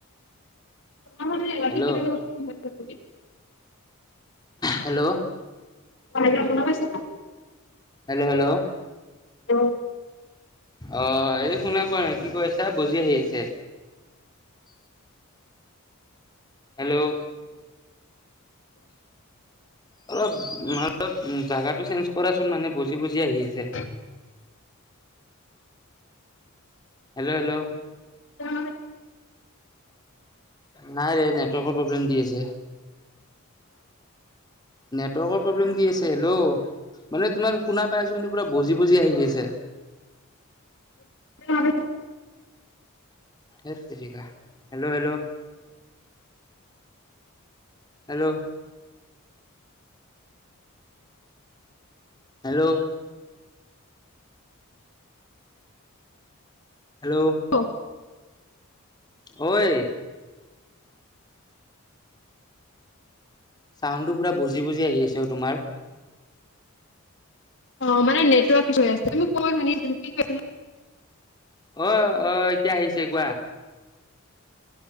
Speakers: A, on the left; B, on the left.
A: আৰু মানে ৰাতি
B: হেল্ল' হেল্ল'
A: অঁ এতিয়া শুনা পাইছানে
B: হেল্ল' হেল্ল'
A: অ
B: অ এই শুনা পোৱা নাই কি কৈ আছে বজি আহি আছে হেল্ল' অলপ অলপ জাগাটো চেঞ্জ কৰাচোন মানে বজি বজি আহিছে
A: উ
B: হেল্' হেলল'
A: তেওঁ মান
B: নাই ৰে নেটৱৰ্কৰ প্ৰব্লেম দি আছে নেটৱৰ্কৰ প্ৰব্লেম দি আছে হেল্ল' মানে তোমাৰ শুনা পাই আছো কিন্তু পুৰা বজি বজি আহি আছে
A: <inaudible>
B: এত তেৰিকা hello hello hello hello hello
A: অ
B: অঐ চাউণ্ডটো পুৰা বজি বজি আহি আছে অঁ তোমাৰ
A: অ মানে নেটৱৰ্ক কি হৈ আছে তুমি কোৱা শুনি তু কি কৈছিলো
B: অ অ এতিয়া আহিছে কোৱা